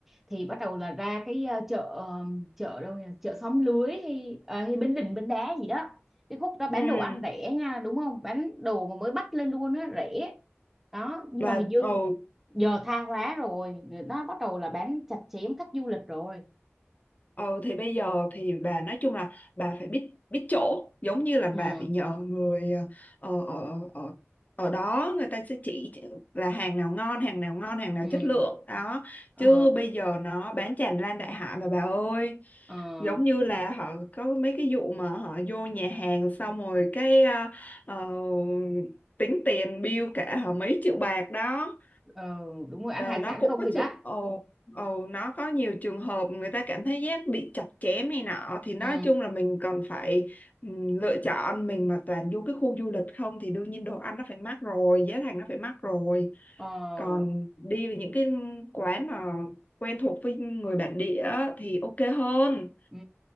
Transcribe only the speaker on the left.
ừ
là
ừ,
Ừ thì bây giờ thì bà nói chung là bà phải biết biết chỗ giống như là bà
phải nhờ người ờ, ở ở ở đó người ta sẽ chỉ là hàng nào ngon hàng nào ngon hàng nào
chất lượng đó
chứ bây giờ nó bán tràn lan đại hải mà bà ơi
giống như là họ có mấy cái vụ mà họ vô nhà hàng xong rồi cái ờ, ờ, tính tiền bill cả họ mấy triệu bạc đó
Ờ,
nó
cũng
có
trường ồ ồ nó có nhiều trường hợp người ta cảm thấy giác bị chặt chém này nọ thì nói
chung là mình còn phải ừm, lựa chọn mình mà toàn vô cái khu du lịch không thì đương nhiên đồ ăn nó phải mắc rồi giá thành nó phải mắc rồi
còn đi với những cái quán mà quen thuộc với người bản địa á thì ok hơn